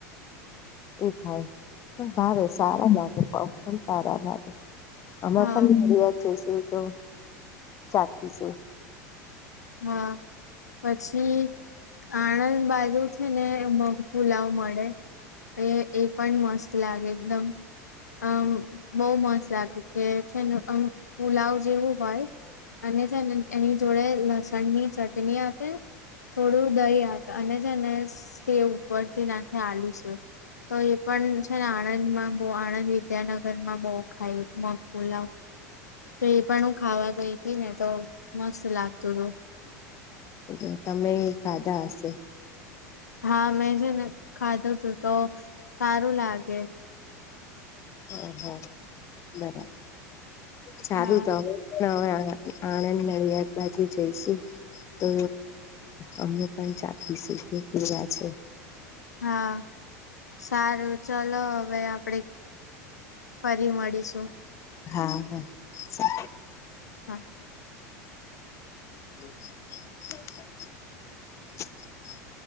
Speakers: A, on the left; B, on the left.
A: એ થાય પણ ભાવે સારા લાગે પફ પણ સારા લાગે.
B: હા
A: અમે પણ નડીયાદ જઈશું તો ચખીશું.
B: હા પછી આણંદ બાજુ છે, ને મગ પુલાવ મળે એ એ પણ મસ્ત લાગે એકદમ અમ બહુ મસ્ત લાગે કે છેને અમ પુલાવ જેવું હોય. અને છેને એની જોડે લસણ ની ચટણી આપે થોડું દહી આપે અને જેને સેવ ઉપરથી નાખે આલુ સેવ. તો એ પણ છે ને આણંદમાં બહુ આણંદ વિદ્યાનગરમાં બહુ ખાઈ મગ પુલાવ. તો એ પણ હું ખાવા ગઈ હતી ને તો મસ્ત લાગતું હતું.
A: એ તમે ખાધા હશે.
B: હા મેં છે ને ખાધું તું તો સારું લાગે.
A: ઓહ બરાબર સારું
B: હા
A: તો હું હવે આણ આણંદ નડિયાદ બાજુ જઈશું. તો અમે પણ ચાખીશું કે કેવા છે.
B: હા સારું ચલો હવે આપડે ફરી મળીશું.
A: હા હા. <unintelligible>
B: હા.
A: <inaudible>